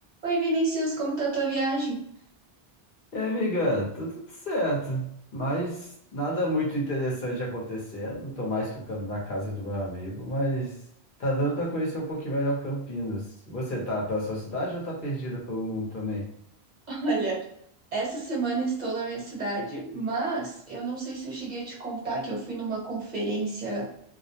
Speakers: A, on the right; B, on the left.
A: Oi, Vinícius, como tá a tua viagem?
B: E aí, amiga, tá tudo certo, mas nada muito interessante acontecendo. Tô mais ficando na casa do meu amigo, mas tá dando pra conhecer um pouquinho melhor Campinas. Você tá pela sua cidade ou tá perdida pelo mundo também?
A: <laughs> Olha, essa semana estou na minha cidade, mas eu não sei se eu cheguei a te contar que eu fui numa conferência